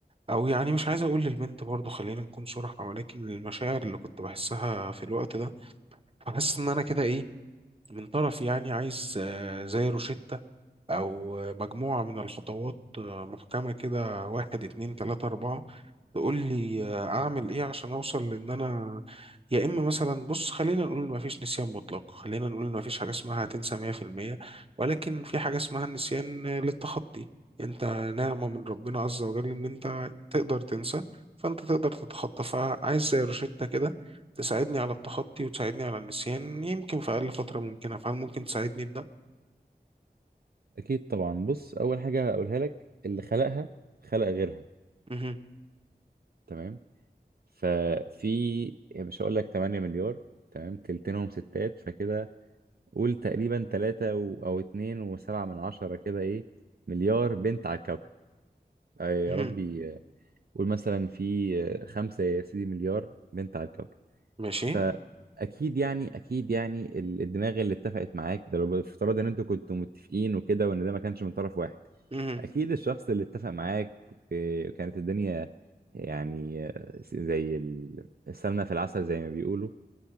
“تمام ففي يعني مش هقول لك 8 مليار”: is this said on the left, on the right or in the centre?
Right